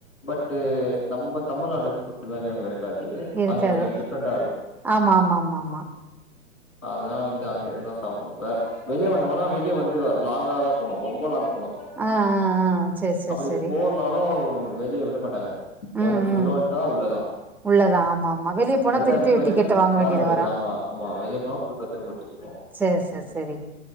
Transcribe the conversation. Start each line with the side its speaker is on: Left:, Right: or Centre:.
Left: பட் நம்ம தமிழ்நாடு ஃபுட் மாரி அங்க இரு க்காது
Centre: இருக்காது
Left: அது கொஞ்சோ டிஃப்ரெண்டா இருக்கு
Centre: ஆமா ஆமா ஆமா ஆமா
Left: அதா வந்து அங்கே தா சாப்புடுவோ வேற வெளிய வந்தம்னா வெளிய வந்து லாங்கா தா போணு ரொம்ப லாங் போணு
Centre: ஆ ஆ ஆ சேரி சேரி
Left: அப்டி
Centre: சேரி
Left: போன்னாலு வெளிய விட மாட்டாங்க
Centre: ம்
Left: ஒன்ஸ்
Centre: ம்
Left: உள்ள வன்ட்டா உள்ளதா
Centre: உள்ளதா ஆமா ஆமா வெளிய போனா
Left: ரிட்டன்
Centre: திருப்பி
Left: போய்ட்டு
Centre: டிக்கெட்ட வாங்க வேண்டியது
Left: வர முடியாது
Centre: வரு
Left: ஆமா ஆமா வெளிய போவ புதுசா திரும்ப டிக்கெட்
Centre: சேர் சேர் செரி